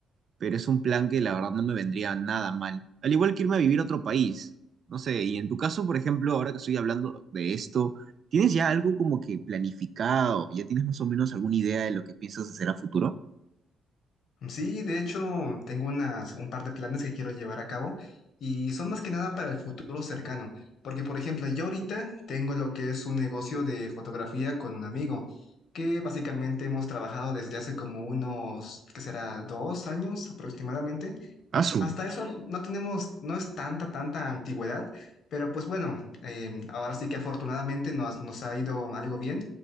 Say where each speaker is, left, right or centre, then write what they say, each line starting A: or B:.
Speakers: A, on the right; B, on the left.
A: pero es un plan que la verdad no me vendría nada mal. Al igual que irme a vivir a otro país, no sé, y en tu caso, por ejemplo, ahora que estoy hablando de esto, ¿tienes ya algo como que planificado? ¿Ya tienes más o menos alguna idea de lo que piensas hacer a futuro?
B: Sí, de hecho, tengo unas, un par de planes que quiero llevar a cabo y son más que nada para el futuro cercano, porque por ejemplo, yo ahorita tengo lo que es un negocio de fotografía con un amigo, que básicamente hemos trabajado desde hace como unos, ¿qué será? Dos años aproximadamente.
A: Asu,
B: Hasta eso no tenemos, no es tanta, tanta antigüedad, pero pues bueno, eh, ahora sí que afortunadamente nos, nos ha ido algo bien.